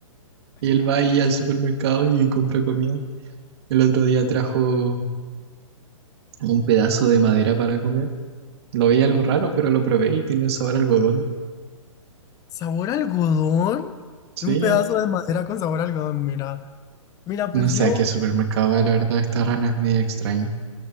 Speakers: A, on the right; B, on the left.
A: Y él va ahí al supermercado y compra comida. El otro día trajo un pedazo de madera para comer. Lo vi algo raro, pero lo probé y tenía sabor a algodón.
B: ¿Sabor a algodón?
A: Sí,
B: Un pedazo
A: al-
B: de madera con sabor a algodón, mira. Mira, pues
A: no sé
B: yo.
A: a qué supermercado va, la verdad, esta rana es media extraña.